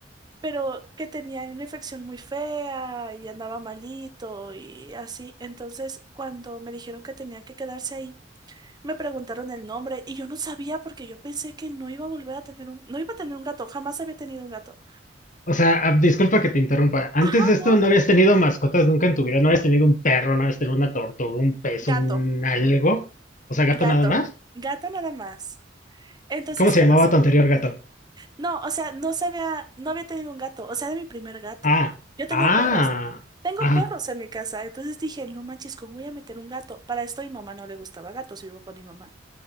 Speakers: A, on the right; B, on the left.
A: pero que tenía una infección muy fea y andaba malito y así. Entonces, cuando me dijeron que tenía que quedarse ahí, me preguntaron el nombre y yo no sabía porque yo pensé que no iba a volver a tener un, no iba a tener un gato, jamás había tenido un gato.
B: O sea, ah, disculpa que te interrumpa, antes
A: Ajá,
B: de esto
A: no,
B: no habías tenido mascotas nunca en tu vida, no habías tenido un perro, no habías tenido una tortuga, un pez,
A: gato,
B: un algo, o sea, gato
A: gato,
B: nada más.
A: gato nada más. Entonces
B: ¿Cómo se
A: jamás,
B: llamaba tu anterior gato?
A: no, o sea, no sabía, no había tenido un gato, o sea, era mi primer gato.
B: Ah,
A: Yo tenía
B: ah,
A: perros. Tengo
B: ajá,
A: perros en mi casa, entonces dije, no manches, ¿cómo voy a meter un gato? Para esto a mi mamá no le gustaba gatos, vivo con mi mamá.